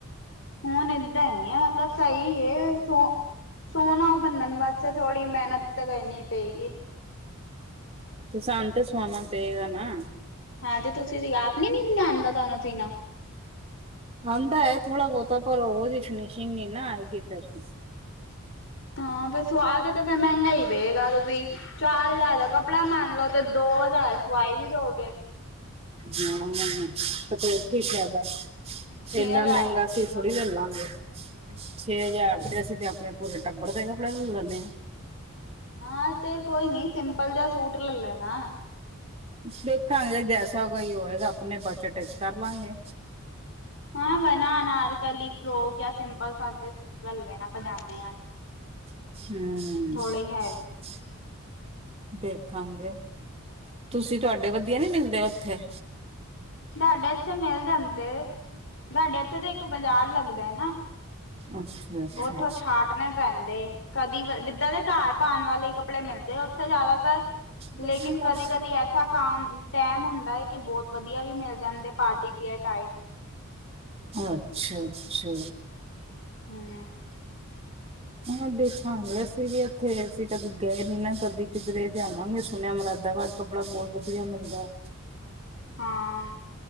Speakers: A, on the left (about 55°); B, on the right (about 25°).
A: ਹੁਣ ਏਦਾਂ ਹੈਗੀ ਏ ਮਤਲਬ ਸਹੀ ਏ, ਸੋ ਸੋਹਣਾ ਬੰਨਣ ਵਾਸਤੇ ਥੋੜ੍ਹੀ ਮੇਹਨਤ ਤੇ ਕਰਨੀ ਪਏਗੀ।
B: ਤੇ ਸਾਨੂੰ ਤੇ ਸੁਆਣਾ ਪਏਗਾ ਨਾ।
A: ਹਾਂ ਤੇ ਤੁਸੀ ਵੀ ਆਪ ਨੀ <unintelligible>
B: ਆਂਦਾ ਏ ਥੋੜਾ ਬੋਤਾ ਪਰ ਉਹ ਜਹੀ ਫਨਿਸ਼ਿੰਗ ਨੀ ਨਾ ਆਏਗੀ ਫੇਰ ਜੀ।
A: <inaudible> ਹਾਂ ਫੇਰ ਸੁਆ ਕੇ ਤੇ ਫੇਰ ਮਹਿੰਗਾ ਹੀ ਰਏਗਾ ਤੁਸੀਂ ਚਾਰ ਹਜ਼ਾਰ ਦਾ ਕੱਪੜਾ ਮੰਨ ਲਓ ਤੇ ਦੋ ਹਜ਼ਾਰ ਸਵਾਈ ਵੀ ਦੋਗੇ।
B: ਹਾਂ ਮਣ ਤੇ ਫਿਰ ਕੀ ਫੈਦਾ।
A: ਛੇ
B: ਏਨਾ
A: ਹਜ਼ਾਰ
B: ਮਹਂਗਾ
A: ਦਾ
B: ਅਸੀ
A: ਪਏਗਾ।
B: ਥੋੜੀ ਲਲ ਲਾਂਗੇ। ਛੇ ਹਜ਼ਾਰ ਤੇ ਅਸੀਂ ਤੇ ਆਪਣੇ ਪੂਰੇ ਟੱਬਰ ਦੇ ਕਪੜੇ ਲ ਲੇਣੇ ਆਂ।
A: ਹਾਂ ਤੇ ਕੋਈ ਨੀ ਸਿੰਪਲ ਜਯਾ ਸੂਟ ਲੇ ਲੈਣਾ।
B: ਦੇਖਾਂਗੇ ਜੈਸਾ ਵਈ ਹੋਏਗਾ, ਆਪਣੇ ਬਜਟ ਚ ਕਰ ਲਾਂਗੇ।
A: ਹਾਂ ਵਣਾ ਅਨਾਰਕਲੀ ਫਰੋਕ ਯਾਂ ਸਿੰਪਲ ਸਾਦੇ ਸੂਟ ਲ ਲੈਣਾ ਪਜਾਮੇ ਆਲੇ।
B: ਹਮ
A: ਥੋੜੇ
B: <unintelligible>
A: ਹੈਵੀ।
B: ਦੇਖਾਂਗੇ ਤੁਸੀ ਤਵਾਡੇ ਵਧੀਆ ਨੀ ਮਿਲਦੇ ਉਥੇ?
A: ਸਾਡੇ ਇੱਥੇ ਮਿਲ ਜਾਂਦੇ ਸਾਡੇ ਇੱਥੇ ਤੇ ਇੱਕ ਬਜ਼ਾਰ ਲੱਗਦਾ ਐ ਨਾ
B: ਅੱਛਾ ਅੱਛਾ
A: ਉਥੋਂ ਛਾਟਣੇ ਪੈਂਦੇ, ਕਦੀ ਵ ਵਿੱਦਾ ਦੇ ਕਾਰ ਪਾਣ ਵਾਲੇ ਈ ਕੱਪੜੇ ਮਿਲਦੇ <unintelligible>
B: ਕੱਲ
A: ਲੇਕਿਨ
B: ਦੇਗਾਂ
A: ਕਦੀ
B: <unintelligible>
A: ਕਦੀ ਐਸਾ ਕਾਮ ਟੈਮ ਹੁੰਦਾ ਏ ਕਿ ਬਹੁਤ ਵਧੀਆ ਵੀ ਮਿਲ ਜਾਂਦੇ ਪਾਰਟੀ ਵੀਅਰ ਟਾਈਪ।
B: ਅੱਛਾ -ਅੱਛਾ।
A: ਹਮ। <inaudible>
B: ਹਾਂ ਦੇਖਾਂਗੇ, ਅਸੀ ਵੀ ਏਥੇ ਅਸੀ ਕਦੇ ਗਏ ਨੀ ਨਾ ਕਦੀ ਕਿੱਧਰੇ ਜਾਨਾ ਵੀ ਏ ਸੁਣਿਆ ਮੁਰਾਦਾਬਾਦ। ਕੱਪੜਾ ਬਹੁਤ ਵਧੀਆ ਮਿਲਦਾ
A: ਹਾਂ।